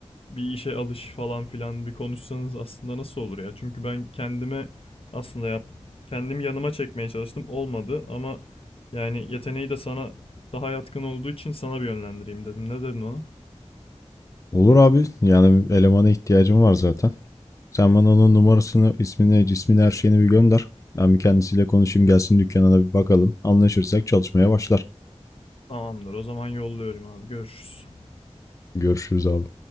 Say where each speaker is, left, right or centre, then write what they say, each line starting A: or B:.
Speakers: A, on the left; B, on the left.
A: bir işe alış falan filan bir konuşsanız aslında nasıl olur ya? Çünkü ben kendime aslında yap kendimi yanıma çekmeye çalıştım. Olmadı ama yani yeteneği de sana daha yatkın olduğu için sana bir yönlendireyim dedim. Ne dedin ona?
B: Olur abi. Yani elemana ihtiyacım var zaten. Sen bana onun numarasını, ismini, cismini, her şeyini bir gönder. Ben bir kendisiyle konuşayım gelsin dükkana da bir bakalım. Anlaşırsak çalışmaya başlar.
A: Tamamdır. O zaman yolluyorum abi. Görüşürüz.
B: Görüşürüz abi.